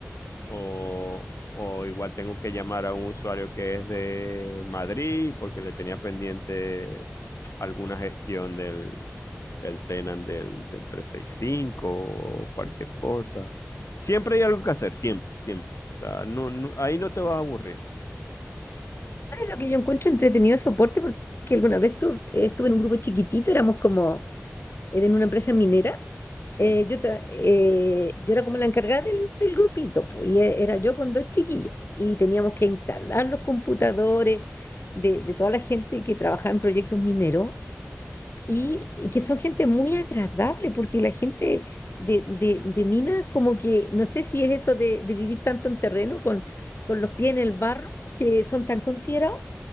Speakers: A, on the left; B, on the left.
A: o, o igual tengo que llamar a un usuario que es de Madrid porque le tenía pendiente alguna gestión del, del Tenant del, del trescientos sesenta y cinco o cualquier cosa. Siempre hay algo que hacer, siempre, siempre. O sea, no, no- ahí no te vas a aburrir.
B: ¿Sabes lo que yo encuentro entretenido de soporte? Porque alguna vez tu- estuve en un grupo chiquitito, éramos como en una empresa minera
A: Sí,
B: eh, yo, te- eh, yo era como la encargada del, del grupito, pues, y e- era yo con dos chiquillos, y teníamos que instalar los computadores de, de toda la gente que trabajaba en proyectos mineros, y,
A: ok.
B: y que son gente muy agradable, porque la gente de, de, de minas, como que, no sé si es eso de, de vivir tanto en terreno con, con los pies en el barro, que son tan considerados